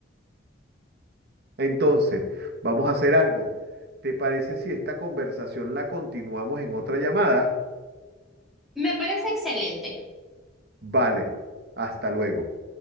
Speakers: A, on the right; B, in the centre.
A: Entonces, vamos a hacer algo. ¿Te parece si esta conversación la continuamos en otra llamada?
B: Me parece excelente.
A: Vale, hasta luego.